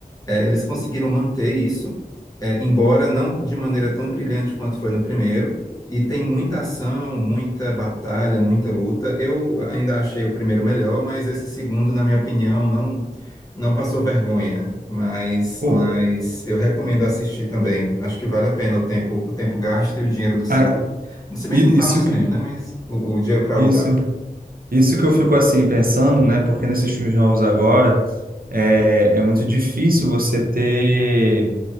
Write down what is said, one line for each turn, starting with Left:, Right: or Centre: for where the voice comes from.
Left: É, eles conseguiram manter isso, é, embora não de maneira tão brilhante quanto foi no primeiro. E tem muita ação, muita batalha, muita luta. Eu ainda achei o primeiro melhor, mas esse segundo, na minha opinião, não não passou vergonha. Mas,
Right: Pô,
Left: mas eu recomendo assistir também. Acho que vale a pena o tempo, o tempo gasto e o dinheiro do cinema.
Right: ah,
Left: Se bem
Right: i-
Left: que não está
Right: isso
Left: no cinema,
Right: que
Left: né? Mas o, o dinheiro para
Right: isso
Left: alugar.
Right: isso que eu fico assim pensando, né? Porque nesses filmes novos agora é, é muito difícil você ter